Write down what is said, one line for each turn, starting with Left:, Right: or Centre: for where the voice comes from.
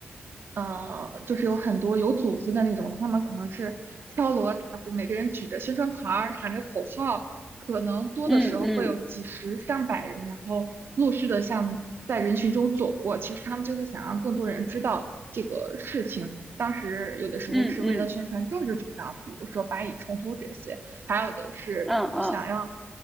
Right: 呃，就是有很多有组织的那种，他们可能是敲锣打鼓，每个人举着宣传牌儿，喊着口号，可能多的时候会有几十上百人，
Centre: 嗯嗯
Right: 然后陆续的像在人群中走过。其实他们就是想让更多人知道这个事情。当时有的时候是为了宣传政治主张，
Centre: 嗯嗯嗯
Right: 比如说巴以冲突这些。还有的是，
Centre: 嗯
Right: 比如想要